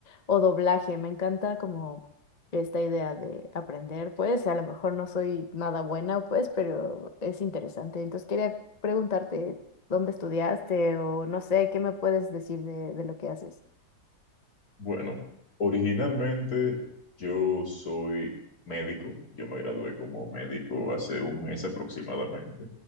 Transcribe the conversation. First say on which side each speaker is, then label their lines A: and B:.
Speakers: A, on the left; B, on the left.
A: o doblaje, me encanta como esta idea de aprender, pues a lo mejor no soy nada buena, pues, pero es interesante. Entonces quería preguntarte, dónde estudiaste o no sé, ¿qué me puedes decir de, de lo que haces?
B: Bueno, originalmente yo soy médico, yo me gradué como médico hace un mes aproximadamente,